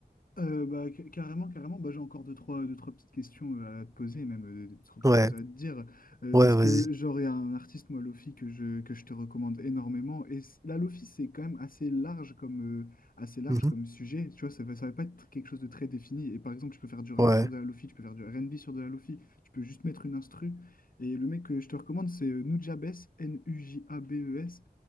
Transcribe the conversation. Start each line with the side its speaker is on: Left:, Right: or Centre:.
Left: Euh, bah, ca- carrément, carrément. Bah, j'ai encore deux, trois, deux, trois petites questions euh, à te poser, même euh, deux, trois petites
Right: Ouais,
Left: choses à te dire. Euh,
Right: ouais,
Left: parce
Right: vas-y.
Left: que, genre, il y a un artiste, moi, Lofi, que je, que je te recommande énormément. Et c- la Lofi, c'est quand même assez large comme, euh, assez large
Right: Mhm.
Left: comme sujet. Tu vois, ça va, ça va pas être quelque chose de très défini. Et par exemple, tu peux faire du rap
Right: Ouais.
Left: sur de la Lofi, tu peux faire du R&B sur de la Lofi, tu peux juste mettre une instru. Et le mec que je te recommande, c'est euh, Nujabes, N-U-J-A-B-E-S.